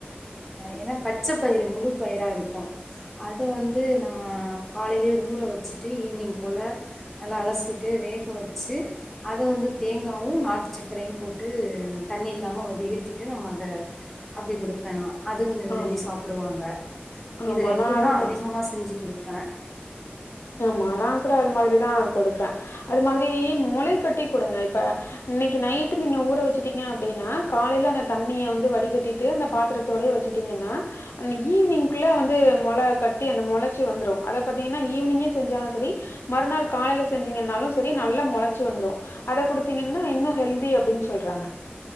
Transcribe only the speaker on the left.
ஆமா
ஆமா
நா அது மா
ஆமா நா கூட அது மாதிரிதா கொடுப்பே அது மாதிரி மொளை கட்டி கொடுங்க இப்ப இன்னைக்கி நைட்டு நீங்க ஊற வச்சுட்டிங்க அப்டின்னா காலைல அந்த தண்ணிய வந்து வடிகட்டிட்டு அந்த பாத்திரத்தோடே வச்சு டீங்கன்னா அன் ஈவ்னிங் குள்ள வந்து மொள கட்டி அந்த மொளச்சு வந்துரு அத பாத்தீங்கன்னா ஈவினிங்கே செஞ்சாலு செரி மறுநாள் காலைல செஞ்சிங்கன்னாலு செரி நல்லா மொளச்சு வந்துரு அத குடுத்தீங்கன்னா இன்னு ஹெல்தி அப்டின் சொல்றாங்க